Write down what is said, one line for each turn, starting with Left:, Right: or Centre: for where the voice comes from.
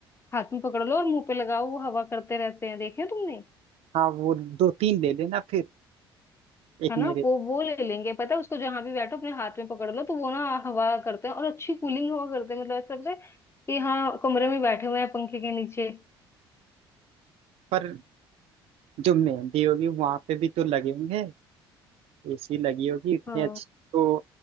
Left: हाथ में पकड़ लो और मुंह पे लगाओ वो हवा करते रहते हैं देखे हैं तुमने
Right: हाँ वो दो तीन ले लेना फिर एक
Left: है
Right: मेरे
Left: ना वो वो ले लेंगे पता है उसको जहां भी बैठो अपने हाथ में पकड़ लो तो वो ना हवा करते हैं और अच्छी कूलिंग हवा करते हैं मतलब ऐसा लगता है कि हाँ कमरे में बैठे हुए हैं पंखे के नीचे
Right: पर जो मेहंदी होगी वहां पे भी तो लगे होंगे एसी लगी होगी इतनी
Left: हाँ
Right: अच्छी तो